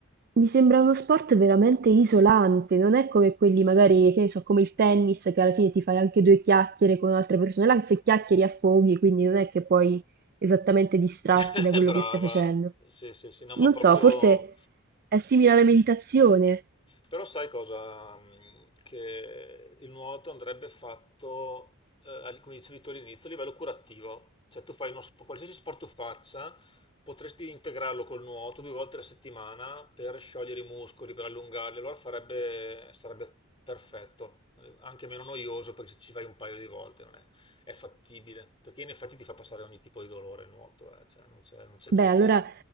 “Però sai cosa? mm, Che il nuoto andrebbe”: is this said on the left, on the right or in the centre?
Left